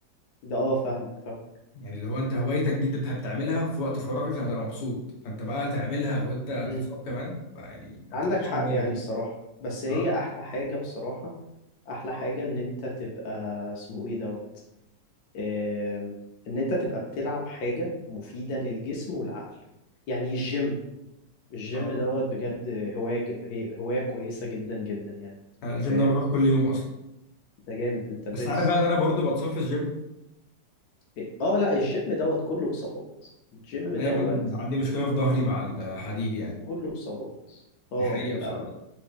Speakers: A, on the left; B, on the left.
A: ده اه فاهمك فاهم
B: يعني اللي هو انت هوايتك دي انت بتح- بتعملها في وقت فراغك لما تبقى مبسوط فانت بقى تعملها وانت
A: امم
B: تتصاب كمان فيعني
A: عندك
B: انت مش
A: حق
B: هوايه
A: يعني
B: كده
A: الصراحة بس هي
B: اه
A: احلى حاجة بصراحة احلى حاجة ان انت تبقى اسمه ايه دوت آم، ان انت تبقى بتلعب حاجة مفيدة للجسم والعقل يعني الجيم الجيم
B: اه
A: دوت بجد هواية ج- هي هواية كويسة جدا جدا يعني
B: انا الجيم
A: فاهم
B: ده بروح كل يوم اصلا
A: ده جامد انت برنس
B: بس عارف بقى ان انا برضو بتصاب في الجيم
A: إيه، اه لا الجيم دوت كله اصابات الجيم
B: دايما
A: دوت
B: عندي مشكله في ظهري مع الحديد يعني
A: كله اصابات اه
B: دي حقيقه
A: لا
B: بصراحه